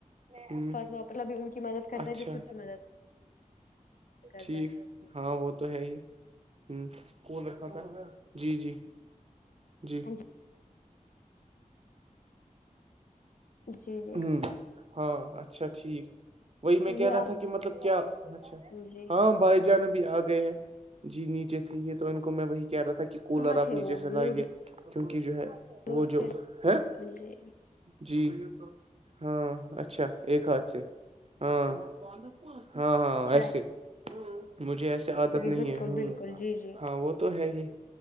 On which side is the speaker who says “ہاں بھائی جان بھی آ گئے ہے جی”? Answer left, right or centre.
Right